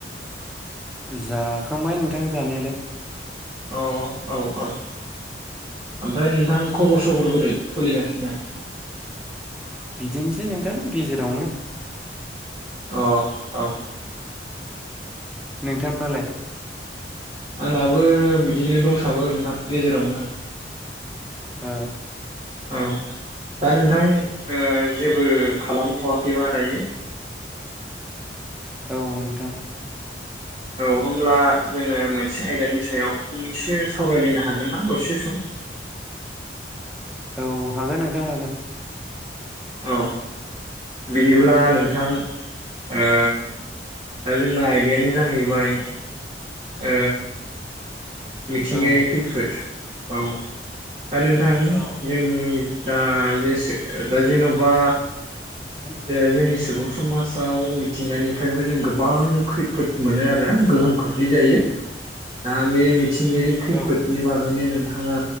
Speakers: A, in the centre; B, on the right.
A: जाखांबाय नोंथां जानायालाय
B: अ औ औ ओमफ्राय नोंथां खबर सबर बोरै सोलिगासिनो
A: बिदिनोसै नोंथां गेजेरावनो
B: अ औ
A: नोंथाङालाय
B: आंनाबो बिदिनो दंसाबो नोंथां गेजेरावनो
A: ओ
B: औ दा नोंथां जेबो खालामथ'वाखैबा दायो
A: औ नोंथां
B: औ होमब्ला जोङो मोनसे आयदानि सायाव फंनैसो सावरायलायनो हागोननाा दसे सम
A: औ हागोन नोंथां हागोन
B: अ बिदिब्ला नों <unintelligible> ओ दा जोंना आयदायानो जाहैबाय <unintelligible> ओ
A: <unintelligible>
B: मिथिंगायारि
A: औ
B: खैफोद औ दा नोंथां
A: औ
B: जोंनि
A: मा होनदों
B: दा <unintelligible> दा जेन'बा,
A: मा
B: दे जोंनि सुबुं समाजाव मिथिंगानिफ्रायबो जों गोबां खैफोद मोनो आरो गोहोमखो, बुग्लि जायो। <unintelligible>
A: होनदों
B: मिथिंयारि खैफोदनि
A: औ
B: बागैनो नों। नोंथाङा।